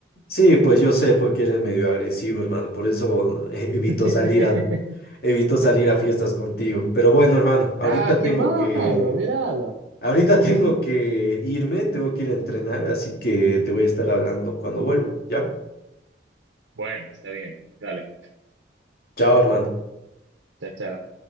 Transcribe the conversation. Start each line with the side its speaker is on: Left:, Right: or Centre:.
Left: Sí, pues yo sé porque eres medio agresivo, hermano. Por eso eh,
Right: <laughs>
Left: evito salir a, evito salir a fiestas contigo. Pero bueno, hermano, ahorita
Right: Ah,
Left: tengo
Right: qué malo,
Left: que,
Right: míralo.
Left: ahorita <laughs> tengo que irme, tengo que ir a entrenar, así que te voy a estar hablando cuando vuelva. ¿Ya?
Right: Bueno, está bien, dale.
Left: Chao, hermano.
Right: Chao, chao.